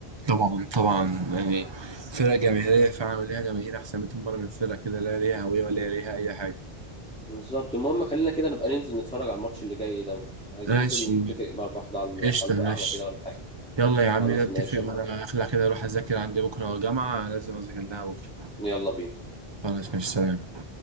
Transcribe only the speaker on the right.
طبعا طبعا يعني فرقه جماهيريه فعلا ليها جماهير احسن 200 مره من فرقه كده لا ليها هويه ولا ليها اي حاجه
ماشي
قشطه
ماشي
يلا يا عم
نتفق
وانا اخلع كده اروح اذاكر عندي بكره جامعه لازم اذاكر لها بكره
خلاص مش سلام